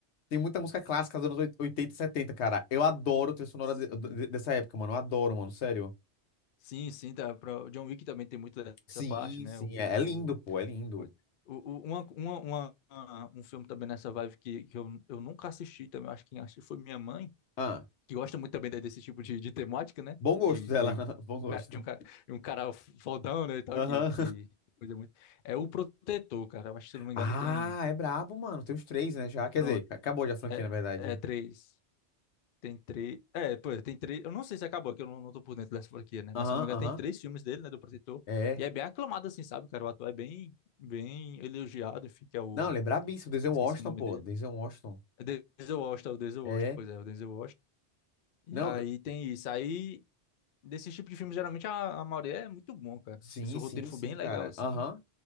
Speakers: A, on the left (about 85°); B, on the left (about 60°).
A: Tem muita música clássica dos anos oit- 80 e 70, cara. Eu adoro a trilha sonora
B: Sim.
A: de- de- dessa época, mano. Eu adoro, mano. Sério.
B: Sim, sim, tá, pra, o John Wick também tem muito
A: Sim,
B: dessa parte, né?
A: sim.
B: O,
A: É, é lindo, pô. É lindo.
B: o, coi- o- o- uma, uma, uma- uma- um filme também nessa vibe que, que eu, eu nunca assisti também, eu acho que quem assistiu foi minha mãe,
A: Ah,
B: que gosta muito também de- desse tipo de, de temática, né?
A: bom gosto
B: De,
A: dela.
B: de, um
A: <laughs> Bom gosto.
B: cara- de um cara, de um cara fodão, né, e tal,
A: Aham.
B: que, que coisa muito... É o Protetor, cara, eu acho que se eu não me
A: Ah,
B: engano tem...
A: é brabo, mano. Tem os três, né? Já. Quer
B: Pronto,
A: dizer, ca- acabou já a franquia,
B: é,
A: na verdade.
B: é três. Tem três. É, pô, tem três. Eu não sei se acabou, que eu não, não tô por dentro dessa franquia, né?
A: Aham,
B: Mas se eu não me engano,
A: aham.
B: tem três filmes dele, né? Do Protetor.
A: É.
B: E é bem aclamado, assim, sabe, cara? O ator é bem, bem elogiado, enfim, que é o.
A: Não, ele é brabíssimo. Denzel
B: não Esqueci
A: Washington,
B: o nome
A: pô.
B: dele.
A: Denzel Washington.
B: É Denzel Washington, é o Denzel
A: É.
B: Washington, pois é, o Denzel Washington. E
A: Não,
B: aí tem isso. Aí, desse tipo de filme, geralmente a, a maioria é muito bom, cara.
A: sim,
B: Se, se o
A: sim,
B: roteiro for
A: sim,
B: bem
A: cara.
B: legal, assim,
A: Aham.